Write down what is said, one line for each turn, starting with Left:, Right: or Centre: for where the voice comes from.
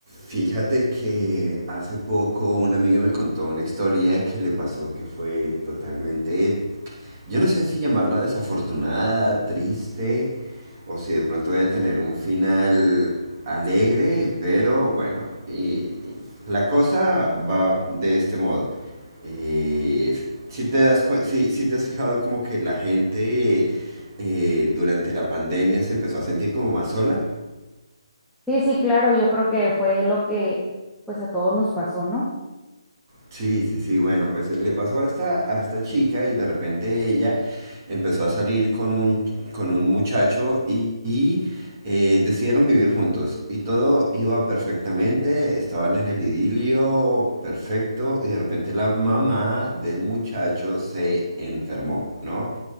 Right: Fíjate que hace poco una amiga me contó una historia que le pasó que fue totalmente, yo no sé si llamarla desafortunada, triste, o si de pronto voy a tener un final alegre, pero bueno, y, y la cosa va de este modo. Eh, si te das cuen- si, si te has fijado como que la gente eh, durante la pandemia se empezó a sentir como más sola.
Centre: Sí, sí, claro, yo creo que fue lo que pues a todos nos pasó, ¿no?
Right: Sí, sí, sí, bueno, pues eh, le pasó a esta, a esta chica y de repente ella empezó a salir con un, con un muchacho y, y, eh, decidieron vivir juntos y todo iba perfectamente, estaban en el idilio perfecto y de repente la mamá del muchacho se enfermó, ¿no?